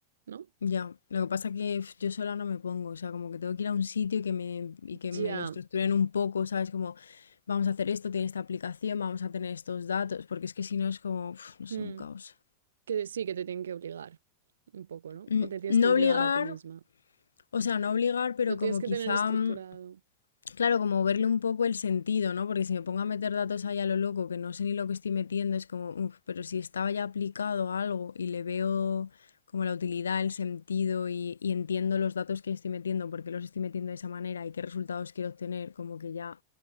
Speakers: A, on the right; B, on the left.
A: ¿No?
B: Ya, lo que pasa que uf, yo sola no me pongo, o sea, como que tengo que ir a un sitio y que me, y que me
A: Ya.
B: lo estructuren un poco, ¿sabes? Como, vamos a hacer esto, tiene esta aplicación, vamos a tener estos datos, porque es que si no es como, uf, no sé,
A: mm,
B: un caos.
A: Que sí, que te tienen que obligar un poco, ¿no?
B: Mm,
A: O te tienes
B: No
A: que obligar
B: obligar,
A: a ti misma.
B: o sea, no obligar, pero
A: Lo
B: como
A: tienes que
B: quizá
A: tener estructurado.
B: mm, Claro, como verle un poco el sentido, ¿no? Porque si me pongo a meter datos ahí a lo loco, que no sé ni lo que estoy metiendo, es como, uff, pero si estaba ya aplicado a algo y le veo como la utilidad, el sentido y, y entiendo los datos que estoy metiendo, por qué los estoy metiendo de esa manera y qué resultados quiero obtener, como que ya,